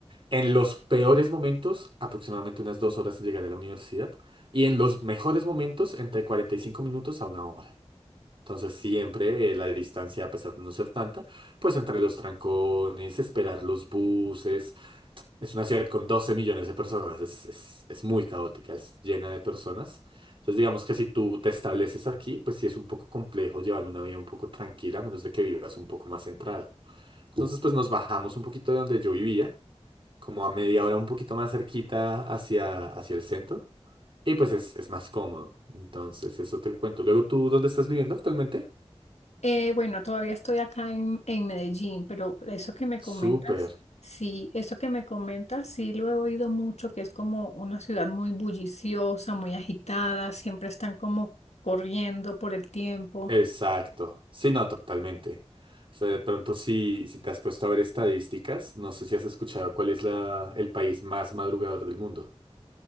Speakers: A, on the right (about 50°); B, on the left (about 80°).
A: en los peores momentos aproximadamente unas dos horas en llegar a la universidad y en los mejores momentos entre 45 minutos a una hora. Entonces, siempre eh, la distancia, a pesar de no ser tanta, pues entre los trancones, esperar los buses, es una ciudad con 12 millones de personas, es, es, es muy caótica, es llena de personas. Entonces digamos que si tú te estableces aquí, pues sí es un poco complejo llevar una vida un poco tranquila, a menos de que vivas un poco más centrado. Entonces pues nos bajamos un poquito de donde yo vivía, como a media hora un poquito más cerquita hacia, hacia el centro, y pues es, es más cómodo. Entonces eso te cuento. Luego tú, ¿dónde estás viviendo actualmente?
B: Eh, bueno, todavía estoy acá en, en Medellín, pero eso que me
A: Súper.
B: comentas, sí, eso que me comentas, sí lo he oído mucho, que es como una ciudad muy bulliciosa, muy agitada, siempre están como corriendo por el tiempo.
A: Exacto. Sí, no, totalmente. O sea, de pronto si, si te has puesto a ver estadísticas, no sé si has escuchado cuál es la, el país más madrugador del mundo.